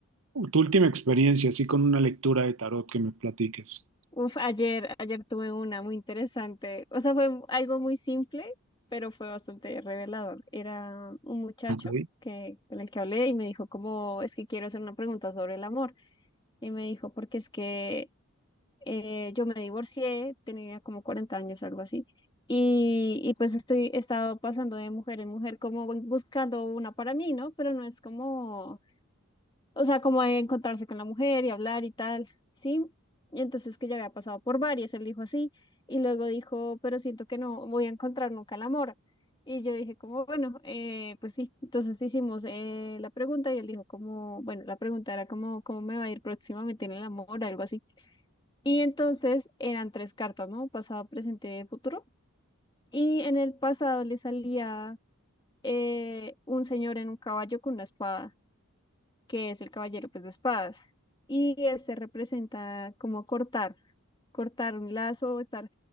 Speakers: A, on the right; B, on the left.
A: tu última experiencia así con una lectura de tarot que me platiques?
B: Uf, ayer, ayer tuve una muy interesante. O sea, fue algo muy simple, pero fue bastante revelador. Era un muchacho
A: Ok.
B: que, con el que hablé y me dijo como, es que quiero hacer una pregunta sobre el amor. Y me dijo, porque es que eh, yo me divorcié, tenía como 40 años, algo así. Y, y pues estoy, he estado pasando de mujer en mujer como bu- buscando una para mí, ¿no? Pero no es como o sea, como de encontrarse con la mujer y hablar y tal, ¿sí? Y entonces que ya había pasado por varias, él dijo así, y luego dijo, pero siento que no voy a encontrar nunca el amor. Y yo dije como, bueno, eh, pues sí, entonces hicimos eh, la pregunta y él dijo como, bueno, la pregunta era como, ¿cómo me va a ir próximamente en el amor? Algo así. Y entonces eran tres cartas, ¿no? Pasado, presente, futuro. Y en el pasado le salía eh, un señor en un caballo con una espada que es el caballero pues, de espadas. Y este representa como cortar, cortar un lazo, estar